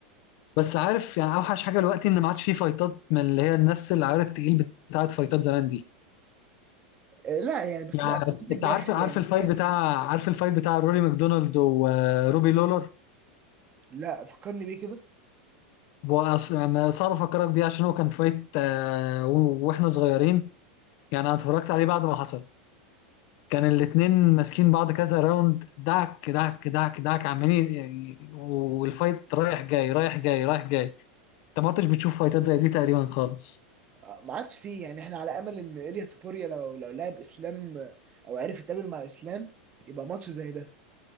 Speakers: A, on the left (about 55°); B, on the right (about 30°).
A: بس عارف يعني اوحش حاجه دلوقتي ان ما عادش فيه فايتات من اللي هي نفس العيار التقيل بتاعت فايتات زمان دي
B: آه، لا يعني بس
A: يعني
B: لا الفتره
A: انت
B: الجايه
A: عارف
B: حلوه
A: عارف
B: يعني
A: الفايت
B: مثلا
A: بتاع عارف الفايت بتاع روري ماكدونالد وروبي لولر
B: لا فكرني بيه كده
A: وأص- ما صعب افكرك بيه عشان هو كان فايت آه، و- واحنا صغيرين يعني انا اتفرجت عليه بعد ما حصل كان الاتنين ماسكين بعض كذا راوند دعك دعك دعك دعك عمالين يعني والفايت رايح جاي رايح جاي رايح جاي انت ما كنتش بتشوف فايتات زي دي تقريبا خالص
B: آه، ما عادش فيه يعني احنا على امل ان ايليا توبوريا لو لو لعب اسلام آه، او عرف يتقابل مع اسلام يبقى ماتش زي ده